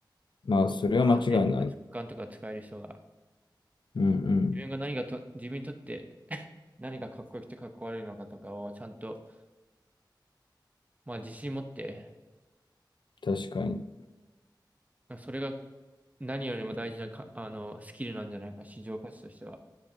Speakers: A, on the left (about 75°); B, on the right (about 20°).
A: まあ、それは間違いない。
B: 感性とか直感とか使える人が、
A: うんうん。
B: 自分が何がと、自分にとって <laughs> 何がかっこよくてかっこ悪いのかとかをちゃんと、まあ自信持って、
A: 確かに。
B: それが何よりも大事なか、あの、スキルなんじゃないか、市場価値としては。